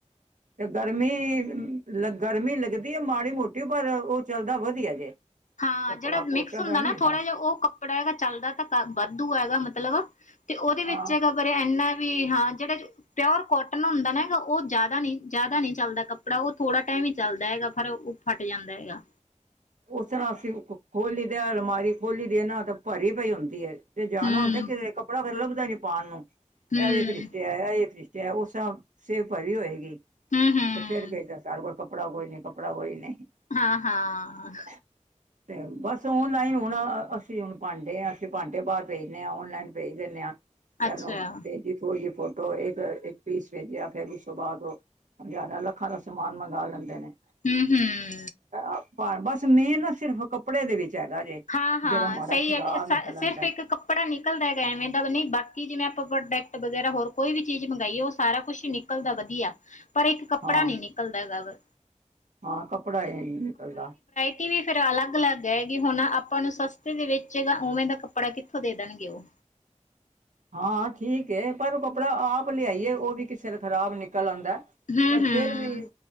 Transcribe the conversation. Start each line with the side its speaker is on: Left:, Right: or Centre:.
Right: ਤੇ ਗਰਮੀ-ਗਰਮੀ ਲੱਗਦੀ ਐ ਮਾੜੀ ਮੋਟੀ ਪਰ ਉਹ ਚੱਲਦਾ ਵਧੀਆ ਜੇ।
Left: ਹਾਂ,
Right: ਕੱਪੜਾ
Left: ਜਿਹੜਾ
Right: ਕੋਟਨ
Left: ਮਿਕਸ ਹੁੰਦਾ
Right: ਦਾ
Left: ਨਾ
Right: ਨੀ
Left: ਥੋੜਾ ਜਿਹਾ ਉਹ ਕੱਪੜਾ ਚੱਲਦਾ ਤਾਂ ਵਾਧੂ ਆ ਮਤਲਬ ਤੇ ਉਹਦੇ ਵਿੱਚ
Right: ਹਾਂ
Left: ਹੈਗਾ ਪਰ ਇੰਨਾ ਵੀ ਹਾਂ ਜਿਹੜਾ ਪਿਓਰ ਕੋਟਨ ਹੁੰਦਾ ਨਾ ਹੈਗਾ, ਉਹ ਜ਼ਿਆਦਾ ਨੀ, ਜਿਆਦਾ ਨੀ ਚੱਲਦਾ ਕੱਪੜਾ ਉਹ ਥੋੜਾ ਟਾਈਮ ਹੀ ਚੱਲਦਾ ਹੈਗਾ ਫਿਰ ਫੱਟ ਜਾਂਦਾ ਹੈਗਾ।
Right: ਉਸ ਤਰ੍ਹਾਂ ਅਸੀ, ਖੋਲੀ ਦੇ ਅਲਮਾਰੀ ਖੋਲੀ ਤੇ ਨਾ ਭਰੀ ਪਈ ਹੁੰਦੀ ਐ। ਤੇ ਜਾਣਾ
Left: ਹੂੰ
Right: ਹੁੰਦਾ ਕਿਤੇ, ਕੱਪੜਾ ਲੱਭਦਾ ਨੀ ਪਾਉਣ ਨੂੰ,
Left: ਹੂੰ
Right: ਐ ਵੀ ਭਰਿਸ਼ਟੇ ਆ ਇਹ ਵੀ ਭਰਿਸ਼ਟ ਚਾਹੇ ਉਹ ਸਭ ਸੇਬ ਭਰੀ ਹੋਏਗੀ,
Left: ਹੂੰ ਹੂੰ
Right: ਤੇ ਫੇਰ ਕਿਹੇਗਾ ਸਾਡੇ ਕੋਲ ਕੱਪੜਾ ਕੋਈ ਨੀ ਕੱਪੜਾ ਕੋਈ ਨੀ।
Left: ਹਾਂ-ਹਾਂ।
Right: ' <inaudible> ਤੇ ਬੱਸ ਔਨਲਾਈਨ ਹੁਣ, ਅਸੀਂ ਹੁਣ ਭਾਂਡੇ ਹਾਂ ਅਸੀਂ ਭਾਂਡੇ ਬਾਹਰ ਭੇਜ ਦਿੰਦੇ ਹਾਂ ਦੇ ਆ ਔਨ-ਲਾਈਨ ਭੇਜ ਦਿੰਦੇ ਹਾਂ। ਪਹਿਲੋਂ
Left: ਅੱਛਾ
Right: ਭੇਜੀ ਕੋਈ ਫੋਟੋ ਆ ਇੱਕ-ਇੱਕ ਪੀਸ ਰਹਿ ਗਿਆ ਫਿਰ ਉਸ ਤੋ ਬਾਅਦ ਦਿਓ। ਹਜ਼ਾਰਾਂ-ਲੱਖਾਂ ਦਾ ਸਮਾਨ ਮੰਗਵਾ ਲੈਂਦੇ ਨੇ।
Left: ਹਮ
Right: ਆਪਾ ਬੱਸ ਮੇਨ ਨਾ ਸਿਰਫ ਕੱਪੜੇ ਦੇ ਵਿੱਚ ਹੈਗਾ ਜੇ।
Left: ਹਾਂ-ਹਾਂ,
Right: ਜਿਹੜਾ ਮਾੜਾ
Left: ਸਹੀ
Right: ਖ਼ਰਾਬ
Left: ਏ, ਸਿਰਫ
Right: ਨਿਕਲ ਆਂਦਾ
Left: ਇੱਕ ਕੱਪ ਕੱਪੜਾ ਨਿਕਲਦਾ ਐਵੇਂ ਦਾ ਨਹੀਂ ਬਾਕੀ ਜਿਵੇਂ ਆਪਾਂ ਪ੍ਰੋਡਕਟ ਵਗੈਰਾ ਹੋਰ ਕੋਈ ਵੀ ਚੀਜ਼ ਮੰਗਾਈਏ ਉਹ ਸਾਰਾ ਕੁਛ ਨਿਕ ਨਿਕਲਦਾ ਵਧੀਆ ਪਰ ਇੱਕ ਕੱਪੜਾ
Right: ਹਾਂ
Left: ਨੀ ਨਿਕਲਦਾ ਗਾ ਵਾ।
Right: ਹਾਂ, ਕੱਪੜਾ ਏ ਅਈ ਨਿਕਲਦਾ।
Left: ਏ ਵੀ ਫਿਰ ਅਲੱਗ-ਅਲੱਗ ਹੈਏਗੀ ਹੁਣ ਆਪਾਂ ਨੂੰ ਸਸਤੇ ਦੇ ਵਿੱਚ ਗਾ, ਉਵੇਂ ਦਾ ਕੱਪੜਾ ਕਿੱਥੋਂ ਦੇ ਦੇਣਗੇ ਉਹ
Right: ਹਾਂ, ਠੀਕ ਐ ਪਰ ਉਹ ਕੱਪੜਾ ਆਪ ਲਿਆਈਏ ਉਹ ਵੀ ਕਿਸੇ ਦਾ ਖ਼ਰਾਬ ਨਿਕਲ ਆਂਦਾ।
Left: ਹੂੰ-ਹੂੰ
Right: ਪਰ ਫੇਰ ਵੀ